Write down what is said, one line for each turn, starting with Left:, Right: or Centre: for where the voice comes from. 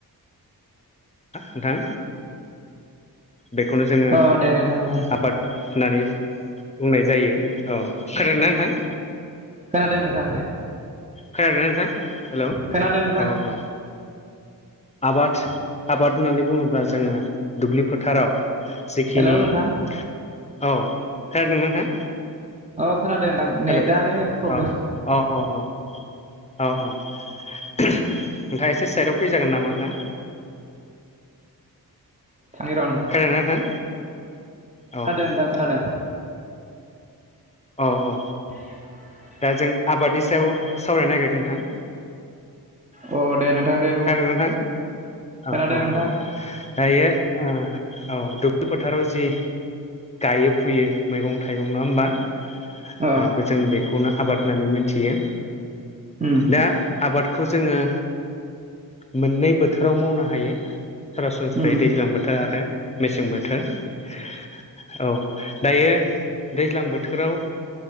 Left: नोंथां बेखौनो जोङो
Right: अ दे नोंथां बुं
Left: आबाद होननानै बुंनाय जायो। औ खोनादोंना नोंथां?
Right: खोनादों नोंथां दे।
Left: खोनादों नोंथां? हेल'!
Right: खोनादों नोंथां
Left: औ औ। आबाद आबाद होननानै बुङोब्ला जोङो दुब्लि फोथाराव जेखिनि
Right: हेलौ नोंथां
Left: औ। खोनादोंना नोंथां?
Right: अ खोनादों नोंथां। नेटआनो
Left: हेल' अ
Right: प्रब्लेम
Left: अ अ अ औ औ नोंथाङा एसे साइदआव फैजागोन नामा नोंथां।
Right: थांनि र' नोंथां।
Left: खोनादों ना नोंथां। औ
Right: खोनादों
Left: औ
Right: नोंथां खोनादों।
Left: औ औ।
Right: <unintelligible>
Left: दा जों आबादनि सायाव सावरायनो नागिरदों नोंथां।
Right: अ दे नोंथां दे। बुं
Left: थारैनो नोंथां
Right: खोनादों
Left: औ अ
Right: नोंथां
Left: अ। दायो औ दुब्लि फोथाराव जि गायो फुयो मैगं थाइगं नङा होमबा।
Right: अ
Left: जों बेखौनो आबाद होननानै मोनथियो
Right: ओम
Left: दा आबादखौ जोङो मोननै बोथोराव मावनो हायो सरासनस्रायै
Right: उम
Left: दैज्लां बोथोर आरो मेसें बोथोर औ दायो दैज्लां बोथोराव